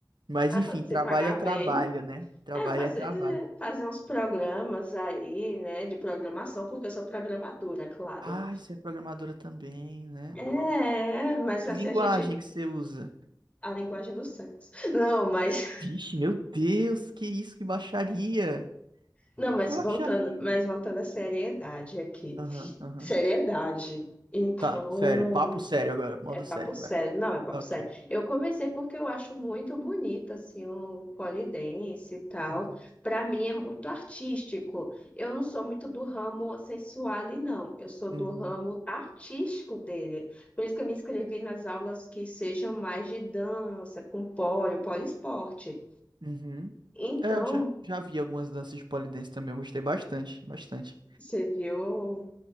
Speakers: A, on the right; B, on the left.
A: Mas
B: ah,
A: enfim,
B: quando
A: trabalho
B: você pagar
A: é trabalho,
B: bem,
A: né? Trabalho
B: é fazer,
A: é trabalho.
B: é, fazer uns programas aí, né, de programação, porque eu sou programadora, claro.
A: Ai, você é programadora também, né?
B: É, mas
A: Que
B: assim
A: linguagem
B: a gente.
A: que você usa?
B: A linguagem dos santos. Não, mas.
A: Vixe, meu Deus, que isso, que baixaria!
B: Não, mas
A: Que baixaria!
B: voltando, mas voltando à seriedade aqui.
A: Aham, aham.
B: Seriedade. Então.
A: Tá, sério, papo sério agora, modo
B: É papo
A: sério,
B: sério,
A: vai.
B: não, é papo
A: Ok.
B: sério. Eu comecei porque eu acho muito bonito, assim, o pole dance e tal.
A: Uhum,
B: Para mim é muito artístico. Eu não sou muito do ramo sensual, não. Eu sou do
A: uhum,
B: ramo artístico dele. Por isso que eu me inscrevi nas aulas que sejam mais de dança, com pole, poliesporte.
A: uhum.
B: Então,
A: É, eu já, já vi algumas danças de pole dance também, eu gostei bastante, bastante.
B: você viu o